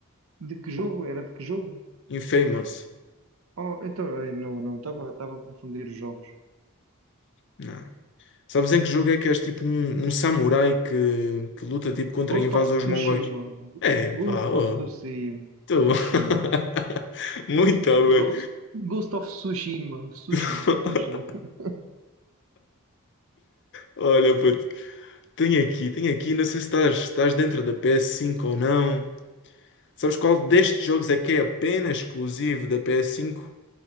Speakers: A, on the right; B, on the left.
A: de que jogo? Era de que jogo?
B: Infamous.
A: Oh, então, eh, não, não, estava estava a confundir os jogos.
B: Não. Sabes em que jogo é que és tipo um, um samurai que, que luta tipo contra
A: Ghost
B: invasores
A: of Tsushima.
B: mongóis? É, pá,
A: Ghost
B: oh,
A: of Tsushima.
B: tu.
A: Tsushima.
B: <laughs> Muito
A: Ghost,
B: bem.
A: Ghost of Tsushima. Sushi.
B: <laughs>
A: Sushi. <laughs>
B: Olha, puto, tenho aqui, tenho aqui, não sei se estás, estás dentro da PS5 ou não. Sabes qual destes jogos é que é apenas exclusivo da PS5?